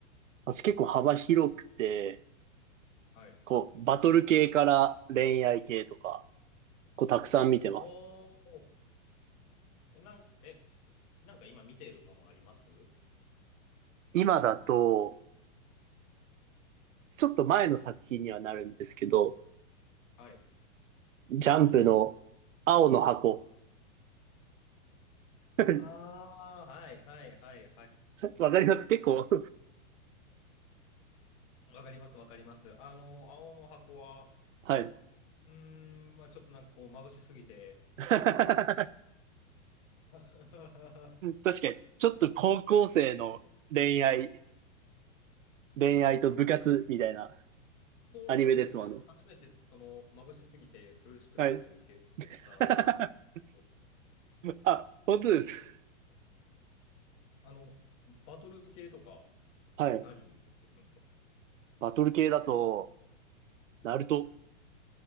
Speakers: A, on the right (about 80°); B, on the left (about 25°).
A: 私結構幅広くて、
B: はい。
A: こう、バトル系から恋愛系とか、こう、たくさん見てます。
B: おー、なんか、え、なんか今見てるものあります
A: 今だと、ちょっと前の作品にはなるんですけど、
B: はい。
A: ジャンプの青の箱。<laughs>
B: ああ、はいはいはいはい。
A: わかります結構。
B: わかりますわかります。あの、青の箱は、
A: はい。
B: うーん、まあちょっとなんかこう、眩しすぎて、
A: <laughs>
B: <laughs>
A: 確かに、ちょっと高校生の恋愛、恋愛と部活みたいな
B: そうなんですよね。
A: アニメですもんね。
B: あの、初めてその眩しすぎて苦しくなるという経験をした作品ですね。
A: はい。<laughs> あ、本当です。
B: あの、バトル系とか
A: はい。
B: 何見たりするんですか
A: バトル系だと、ナルト。